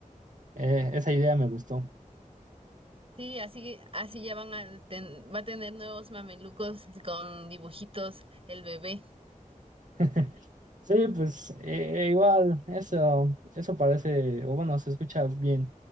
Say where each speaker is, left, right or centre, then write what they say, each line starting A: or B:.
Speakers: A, on the right (about 65°); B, on the right (about 45°).
A: eh, esa idea me gustó.
B: Sí, así, así ya van a ten- va a tener nuevos mamelucos con dibujitos el bebé.
A: <laughs> Sí, pues eh, igual, eso, eso parece, o bueno, se escucha bien.